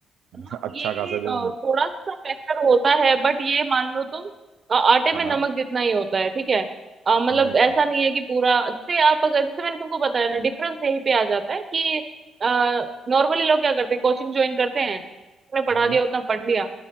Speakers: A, on the right; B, on the right.
A: हाँ,
B: अ, अच्छा
A: ये
B: खासा
A: अ,
B: जो
A: थोड़ा सा फैक्टर होता है बट ये मान लो तुम अ, आटे
B: हाँ
A: में नमक जितना ही होता है ठीक है अ, मतलब
B: हम्म
A: ऐसा नहीं है कि पूरा जैसे आप अगर जैसे मैंने तुमको बताया ना डिफरेंस यहीं पे आ जाता है कि नॉर्मली लोग क्या करते हैं कोचिंग ज्वाइन करते हैं तुमने पढ़ा
B: हम्म
A: दिया उतना पढ़ लिया